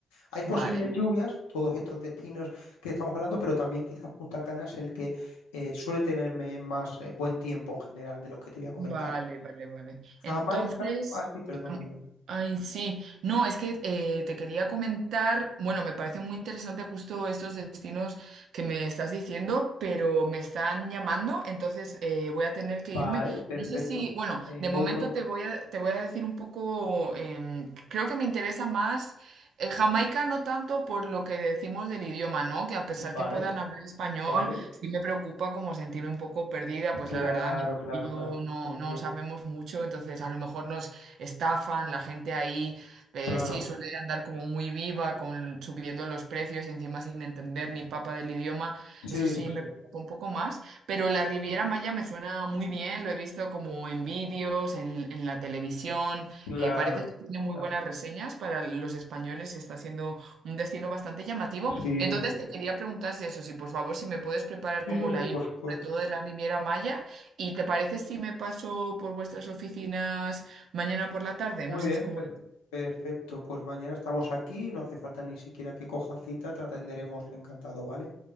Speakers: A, on the left; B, on the right.
A: Hay posibles
B: vale.
A: lluvias, todos estos destinos que estamos hablando, pero también quizás Punta Cana es el que eh, suele tenerme más eh, buen tiempo en general de los que te voy a comentar.
B: Vale, vale, vale. Entonces,
A: Jamaica, ah sí, perdóname.
B: am- ay, sí. No, es que eh, te quería comentar, bueno, me parece muy interesante justo estos destinos que me estás diciendo, pero me están llamando, entonces eh, voy a tener que
A: Vale,
B: irme.
A: perfecto.
B: No sé si, bueno,
A: En
B: de momento
A: otro.
B: te voy a, te voy a decir un poco, em, creo que me interesa más eh, Jamaica, no tanto por lo que decimos del idioma, ¿no? Que a pesar
A: Vale,
B: que puedan hablar español,
A: vale.
B: sí me preocupa como sentirme un poco perdida, pues
A: Claro,
B: la verdad
A: claro,
B: y yo
A: claro.
B: no,
A: Entiendo.
B: no sabemos mucho, entonces a lo mejor nos estafan, la gente ahí eh,
A: Claro.
B: sí suele andar como muy viva, con, subiendo los precios y encima sin entender ni papa del idioma,
A: Sí,
B: eso sí
A: sí,
B: me
A: sí.
B: preocupa un poco más, pero la Riviera Maya me suena muy bien, lo he visto como en vídeos, en, en la televisión,
A: Claro,
B: eh, parece que tiene muy
A: claro.
B: buenas reseñas para los españoles, está siendo un destino bastante llamativo,
A: Sí,
B: entonces
A: sí, sí.
B: te quería preguntar si eso, si por favor si me puedes preparar
A: Sí,
B: como
A: sí,
B: la
A: sí, por
B: info
A: supuesto.
B: sobre todo de la Riviera Maya ¿Y te parece si me paso por vuestras oficinas mañana por la tarde?
A: Muy
B: No sé
A: bien,
B: si cómo...
A: per- perfecto. Pues mañana estamos aquí, no hace falta ni siquiera que cojas cita, te atenderemos encantado, ¿vale?